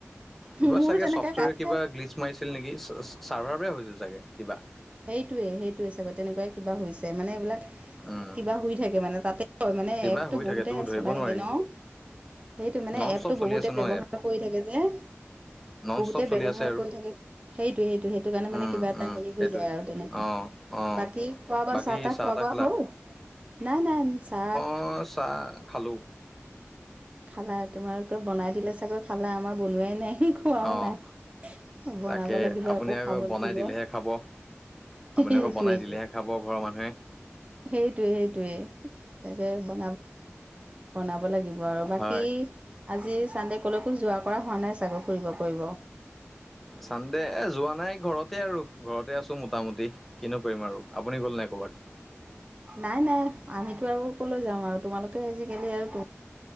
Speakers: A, in the centre; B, on the right.
A: কিবা
B: মোৰো
A: চাগে
B: তেনেকৈ
A: চফ্টৱেৰ
B: কাট
A: কিবা
B: খাই
A: গ্লিচ মাৰিছিল নেকি চাৰ্ভাৰ বেয়া হৈছিল চাগে কিবা?
B: সেইটোৱে সেইটোৱে চাগ তেনেকুৱাই কিবা হৈছে মানে এইবিলাক-
A: উম
B: কিবা শুই থাকে মানে তাতে হয় মানে
A: কিবা
B: এপতো
A: হৈ থাকে
B: বহুতে
A: তো ধৰিব
B: চলাই
A: নোৱাৰি
B: থাকে ন- সেইটো মানে
A: নন
B: এপটো
A: ষ্টপ চলি
B: বহুতে
A: আছে
B: ব্যৱহাৰ
A: ন এপ
B: কৰি থাকে যে-
A: নন
B: বহুতে
A: ষ্টপ চলি
B: ব্যৱহাৰ
A: আছে আৰু
B: কৰি থাকে সেইটোৱে সেইটো সেইটো কাৰণে
A: উম
B: মানে কিবা এটা
A: উম
B: হেৰি-
A: সেইটোৱে
B: হৈ যায় আৰু তেনেকুৱা
A: অ অ
B: বাকী খোৱা-বোৱা
A: বাকী
B: চাহ-তাহ
A: চাহ
B: খোৱা-বোৱা
A: তাহ খালা
B: হ'ল? নাই নান চাহ।
A: মই চাহ খালোঁ।
B: খালা তোমাৰ ক বনাই দিলে চাগৈ খালা আমাৰ বনোৱাই নাই। সি খোৱাও
A: অঁ
B: নাই বনাব
A: তাকে
B: লাগিব
A: আপুনি
B: আকৌ খাব
A: বনাই
B: লাগিব।
A: দিলেহে খাব আপুনি
B: সেইটোৱেইটো
A: আকৌ বনাই দিলেহে খাব ঘৰৰ মানুহে।
B: সেইটোয়ে সেইটোয়ে তাকে বনাব- বনাব লাগিব আৰু বাকী-
A: হয়
B: আজি চানডে ক'লৈকো যোৱা কৰা হোৱা নাই চাগৈ ফুৰিব কৰিব?
A: চান্ডে এ যোৱা নাই ঘৰতে আৰু ঘৰতে আছোঁ মোটামুটি। কিনো কৰিম আৰু আপুনি গ'ল নে ক'ৰবাত?
B: নাই নাই আমিতো আৰু কলৈ যাম আৰু তোমালোকে আজিকালি আৰু টো-